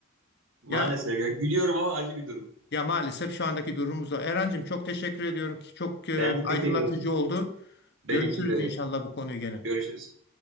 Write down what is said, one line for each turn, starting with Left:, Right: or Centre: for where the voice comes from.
Right: maalesef
Left: Ya
Right: ya. Gülüyorum ama acı bir durum.
Left: ya maalesef şu andaki durumumuz o. Erencim çok teşekkür ediyorum ki çok e,
Right: Ben de
Left: aydınlatıcı
Right: teşekkür ederim.
Left: oldu.
Right: Benim
Left: Görüşürüz
Right: için de öyle.
Left: inşallah bu konuyu gene.
Right: Görüşürüz.